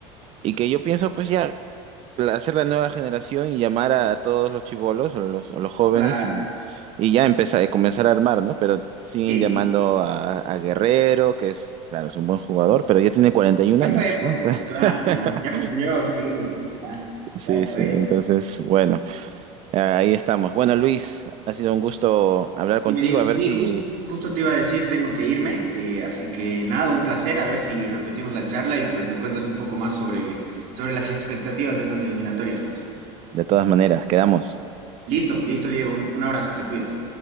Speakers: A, on the right; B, on the right.
A: y que yo pienso, pues ya. la- hacer la nueva generación y llamar a, a todos los chibolos o los, o los jóvenes
B: claro.
A: y, y ya empezar, eh, comenzar a armar, ¿no? Pero siguen
B: Sí,
A: llamando a, a Guerrero, que es, claro, es un buen jugador, pero ya tiene 41
B: Ya
A: años,
B: fue, pues,
A: ¿no? Entonces,
B: claro,
A: <laughs>
B: ya, ya cumplió, sí, ya,
A: sí,
B: ya fue.
A: sí, entonces, bueno, ahí estamos. Bueno, Luis, ha sido un gusto hablar
B: Y
A: contigo,
B: me digo,
A: a
B: sí,
A: ver si,
B: jus- justo te iba a decir, tengo que irme, eh, así que nada, un placer, a ver si repetimos la charla y pues me cuentas un poco más sobre, sobre las expectativas de estas eliminatorias, pues.
A: de todas maneras, quedamos.
B: Listo, listo, Diego, un un abrazo, te cuidas.